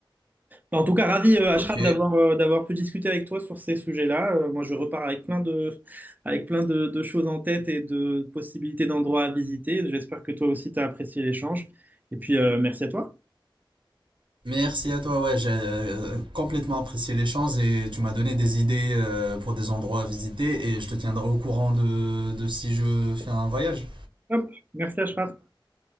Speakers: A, on the right; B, on the right.
A: En tout cas, ravi, euh, Ashraf,
B: Ok,
A: d'avoir euh, d'avoir pu discuter avec toi sur ces sujets-là. Euh, moi, je repars avec plein de, avec plein de, de choses en tête et de possibilités d'endroits à visiter. J'espère que toi aussi, tu as apprécié l'échange. Et puis, euh, merci à toi.
B: Merci à toi, ouais, j'ai euh, complètement apprécié l'échange et tu m'as donné des idées euh, pour des endroits à visiter et je te tiendrai au courant de, de si je fais un voyage.
A: Hop, merci, Ashraf.